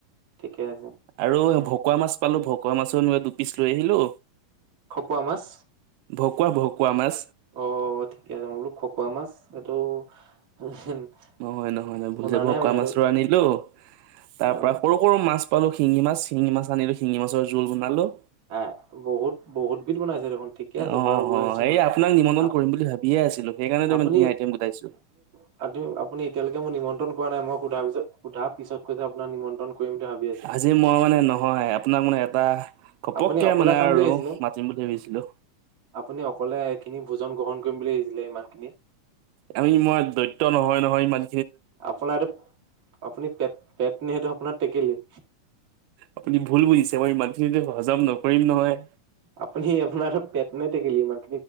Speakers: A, on the right (about 35°); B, on the right (about 85°).
A: ঠিকে আছে।
B: আৰু ভকুৱা মাছ পালো ভকুৱা মাছো দু পিচ লৈ আহিলোঁ।
A: খকোৱা মাছ?
B: ভকুৱা ভকুৱা মাছ।
A: অ' ঠিকে আছে মই বোলো খকুৱা মাছ এইটো <unintelligible>
B: নহয় নহয় নহয় ভুল
A: শুনা
B: যে ভকুৱা
A: নাই মানে
B: মাছৰ
A: এইটো
B: আনিলোঁ, তাৰ
A: অ',
B: পৰা সৰু সৰু মাছ পালো শিঙি মাছ শিঙি মাছ আনিলোঁ শিঙি মাছৰ জোল বনালোঁ।
A: হা বহুত বহুত বিধ বনাইছে দেখোন। ঠিকে আছে
B: অ',
A: বাৰু গৈ
B: অ
A: আছো
B: ', এই
A: মই।
B: আপোনাক নিমন্ত্ৰণ
A: আপ
B: কৰিম বুলি ভাবিয়ে আছিলোঁ সেইকাৰণে তই
A: আপুনি
B: ইমানি আইটেম গোটাইছোঁ।
A: <unintelligible> আপুনি এতিয়ালৈকে মোক নিমন্ত্ৰন কৰা নাই মই সোধাৰ পিছ সোধা পিছত কৈছে আপোনাৰ নিমন কৰিম বুলি ভাবি আছিলোঁ।
B: আজি মই মানে নহয় আপোনাক মানে এটা ঘপকে
A: আপুনি অকলে
B: মানে
A: খাম
B: আৰু
A: বুলি আহিছিলে?
B: মাতিম বুলি ভাবিছিলোঁ।
A: আপুনি অকলে এইখিনি ভোজন গ্ৰহণ কৰিম বুলি ভাবিছিলে ইমান খিনি।
B: আমি ই মই দৈত্য নহয় নহয় ইমন।
A: আপোনাৰ এইটো আপুনি পেট পেট নে সেইটো আপোনাৰ টেকেলি?
B: আপুনি ভুল বুজিছে মই ইমানখিনতে হজম নকৰিম নহয়।
A: আপুনি আপোনাৰ পেট নে টেকেলি ইমান?